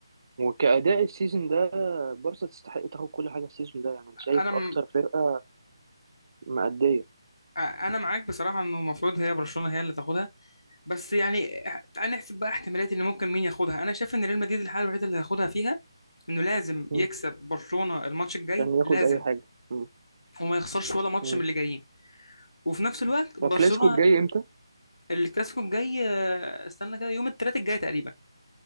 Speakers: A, on the right; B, on the left.
A: وكأداء السيزون ده بارسا تستحق تاخد كل حاجة السيزون ده يعني أنا
B: انا
A: شايف أكتر فرقة مأدية
B: انا معاك بصراحه انه المفروض هي برشلونه هي اللي تاخدها بس يعني اه، تعال نحسب بقى احتمالات ان ممكن مين ياخدها انا شايف ان ريال مدريد الحاله الوحيده اللي هياخدها فيها انه لازم
A: مم.
B: يكسب برشلونه الماتش الجاي
A: عشان ياخد
B: لازم
A: اي حاجه مم.
B: وما يخسرش ولا ماتش
A: مم.
B: من اللي جايين وفي نفس الوقت برشلونه
A: وكلاسيكو الجاي امتى
B: الكلاسيكو الجاي آه، استنى كده يوم الثلاث الجاي تقريبا